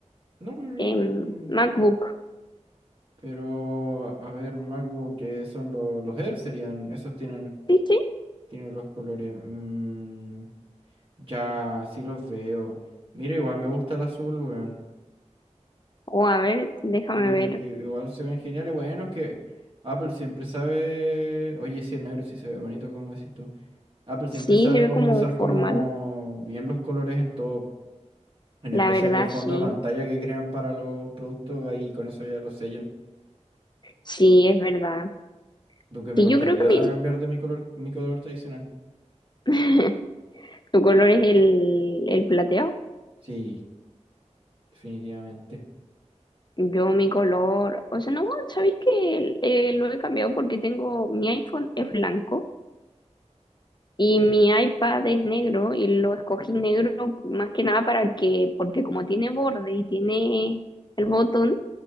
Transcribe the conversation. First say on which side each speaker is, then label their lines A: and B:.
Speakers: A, on the right; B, on the left.
A: No, pero.
B: em, MacBook.
A: Pero, a ver, MacBook, que son lo- los Air serían. Esos tienen,
B: Sí, sí.
A: tienen los colores. Mm, ya, sí los veo. Mira, igual me gusta el azul, weón.
B: O a ver, déjame
A: Sí,
B: ver.
A: i- igual se ven geniales. Bueno, es que Apple siempre sabe. Oye, sí, el negro sí se ve bonito, como decís tú. Apple siempre
B: Sí,
A: sabe
B: se ve
A: cómo
B: como
A: usar
B: formal.
A: como bien los colores en todo. En
B: La
A: especial
B: verdad,
A: los fondos
B: sí.
A: de pantalla que crean para los productos, ahí con eso ya los sellan.
B: Sí, es verdad.
A: Aunque me
B: Sí,
A: costaría
B: yo creo que mi,
A: cambiar de mi color, mi color tradicional.
B: <laughs> tu color es el, el plateado.
A: Sí, definitivamente.
B: Yo mi color, o sea, no, ¿sabéis que eh, lo he cambiado porque tengo, mi iPhone es blanco? Y mi iPad es negro y lo escogí negro más que nada para que, porque como tiene borde y tiene el botón,